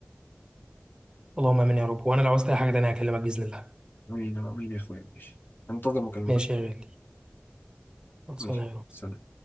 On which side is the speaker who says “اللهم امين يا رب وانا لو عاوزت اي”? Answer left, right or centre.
Right